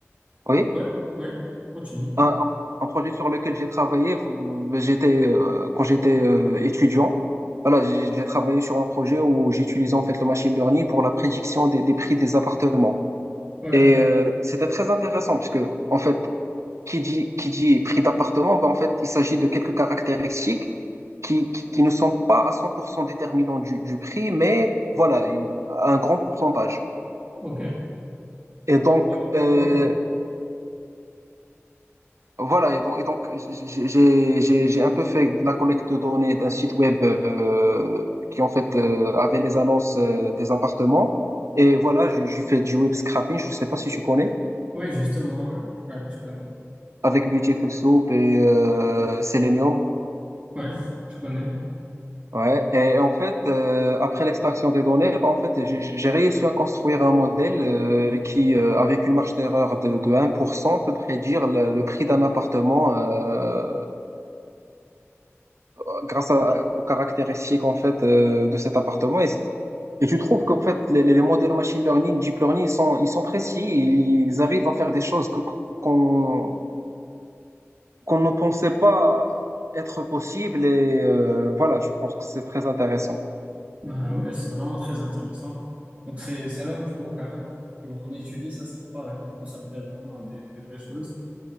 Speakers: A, on the right (about 75°); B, on the right (about 25°).
A: Oui?
B: ouais, ouais, continue.
A: Un, un- un projet sur lequel j'ai travaillé, euh, j'étais euh, quand j'étais euh, étudiant. Voilà, j'ai j'ai travaillé sur un projet où j'utilisais en fait le machine learning pour la prédiction des, des prix des appartements.
B: Ouais,
A: Et euh, c'était très intéressant puisque en fait, qui dit qui dit prix d'appartement, ben, en fait, il s'agit de quelques caractéristiques qui, qui, qui ne sont pas à 100% déterminants du, du prix, mais voilà, il- un grand pourcentage.
B: ok.
A: Et donc,
B: Ouais, je
A: euh,
B: vois.
A: Voilà, et donc, et donc, j'ai j'ai- j'ai- j'ai un peu fait de la collecte de données d'un site web euh, qui en fait euh, avait les annonces euh, des appartements. Et voilà, j'ai j'ai fait du web scrapping, je ne sais pas si tu connais,
B: Oui, justement, ouais, ouais, je connais.
A: avec Beautiful Soup et euh, Selenium.
B: Oui, je connais.
A: Ouais. Et, en fait, euh, après l'extraction des données, bah, en fait, j'ai j'ai réussi à construire un modèle euh, qui, euh, avec une marge d'erreur de, de 1%, peut prédire le, le prix d'un appartement euh, euh, grâce à- aux caractéristiques en fait euh, de cet appartement. Et, c'est- et tu trouves qu'en fait les, les modèles machine learning, deep learning, ils sont, ils sont précis, ils arrivent à faire des choses que- qu'on qu'on ne pensait pas être possible. Et euh, voilà, je pense que c'est très intéressant.
B: Bah ouais, c'est vraiment très intéressant. Donc c'est c'est là où tu vois quand même qu'on étudie, ça sert pas à rien, ça peut servir vraiment à des, des vraies choses.